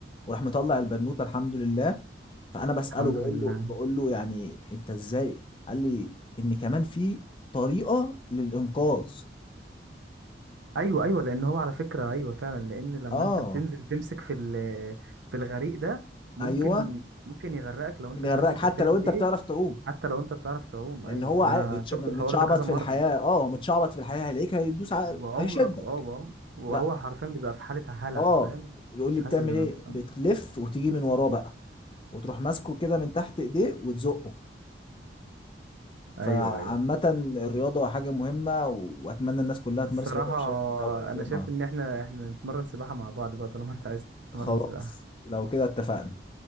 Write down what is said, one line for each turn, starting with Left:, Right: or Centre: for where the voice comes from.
Left: وراح مطلع البنوته الحمد لله فانا بساله
Right: الحمد
Left: بقول
Right: لله
Left: له بقول له يعني انت ازاي قال لي ان كمان في طريقه للانقاذ
Right: ايوه ايوه لان هو على فكره ايوه فعلا لان لما
Left: اه
Right: انت بتنزل تمسك في ال- في الغريق ده ممكن
Left: ايوه
Right: ممكن يغرقك لو
Left: ممكن
Right: انت
Left: يغرقك
Right: مش عارف انت
Left: حتى
Right: بتعمل
Left: لو انت
Right: ايه
Left: بتعرف تعوم
Right: حتى لو انت بتعرف تعوم
Left: لان
Right: ايوه
Left: هو عا-
Right: انا
Left: بيتش-
Right: شفت
Left: متشعبط
Right: الحوار ده كذا
Left: في
Right: مره
Left: الحياه اه متشعبط في الحياه هيلاقيك هيدوس ع-
Right: وعمرك
Left: هيشدك
Right: اه وعم وهو
Left: لا
Right: حرفيا بيبقى في حاله هلع
Left: اه
Right: فاهم
Left: بيقول
Right: مش
Left: لي
Right: حاسس
Left: بتعمل
Right: بنفسه
Left: ايه بتلف وتيجي من وراه بقى وتروح ماسكه كده من تحت ايديه وتزقه
Right: ايوه
Left: فعامة
Right: ايوه فاهم.
Left: الرياضة حاجة مهمة وأتمنى الناس كلها تمارس
Right: الصراحه
Left: الرياضة بشكل دوري في
Right: انا
Left: يومها
Right: شايف ان احنا احنا نتمرن سباحه مع بعض بقى طالما انت عايز تتمرن
Left: خلاص
Right: سباحه
Left: لو كده اتفقنا